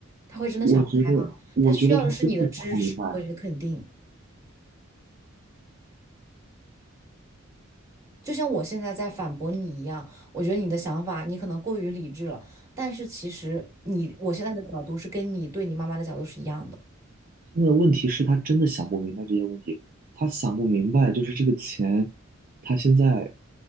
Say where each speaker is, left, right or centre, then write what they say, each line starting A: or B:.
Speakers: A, on the right; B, on the right.
A: 他会真的想不开吗？
B: 我觉得，我觉得她真的想不明白。
A: 他需要的是你的支持和你的肯定。就像我现在在反驳你一样，我觉得你的想法你可能过于理智了，但是其实你我现在的角度是跟你对你妈妈的角度是一样的。
B: 现在的问题是他真的想不明白这些问题，他想不明白就是这个钱，他现在，